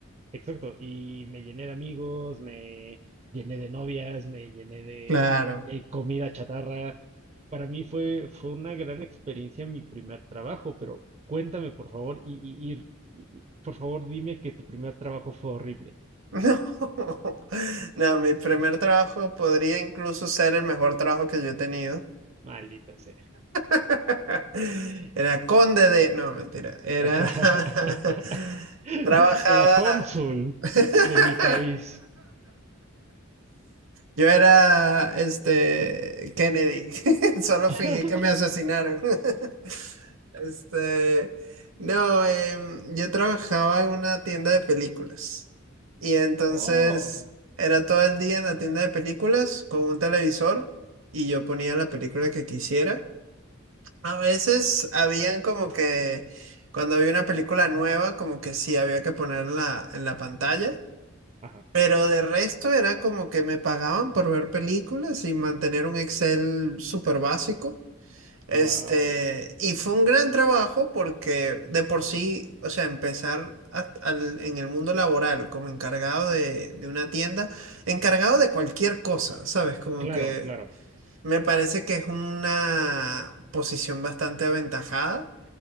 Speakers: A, on the right; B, on the right.
A: exacto. Y me llené de amigos, me llené de novias, me llené de
B: Claro.
A: eh, comida chatarra. Para mí fue, fue una gran experiencia mi primer trabajo, pero cuéntame, por favor, y, y, y- y- por favor, dime que tu primer trabajo fue horrible.
B: No, <laughs> no, mi primer trabajo podría incluso ser el mejor trabajo que yo he tenido.
A: Maldita sea.
B: <laughs> Era conde de... No, mentira. Era...
A: <laughs>
B: <laughs> Trabajaba...
A: Era cónsul
B: <laughs>
A: de mi país.
B: Yo era este Kennedy. <laughs> Solo
A: <laughs>
B: fingí que me asesinaron. <laughs> Este, no, em, yo trabajaba en una tienda de películas. Y entonces
A: Oh,
B: era todo el día en la tienda de películas con un televisor y yo ponía la película que quisiera. A veces habían como que cuando había una película nueva, como que sí había que ponerla en la pantalla.
A: ajá,
B: Pero de resto era como que me pagaban por ver películas y mantener un Excel súper básico. Este,
A: wow,
B: y fue un gran trabajo porque de por sí, o sea, empezar a- al- en el mundo laboral como encargado de, de una tienda, encargado de cualquier cosa, ¿sabes? Como
A: claro,
B: que
A: claro,
B: me parece que es una posición bastante aventajada.